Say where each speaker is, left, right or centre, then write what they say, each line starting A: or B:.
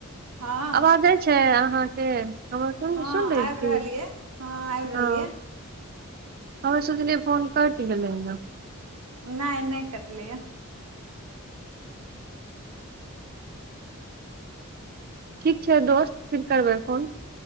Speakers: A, on the right; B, on the right.
A: हँ
B: आवाज जाय छै अहाँके हँ सुन
A: हँ
B: सुन रहै छी
A: आबि रहल ये हँ आबि रहल
B: हँ
A: ये
B: हम्मे सोच लिए फोन कैट गेलै हने
A: नहि नहि कटलए यै
B: ठीक छै दोस्त फिर करबै फोन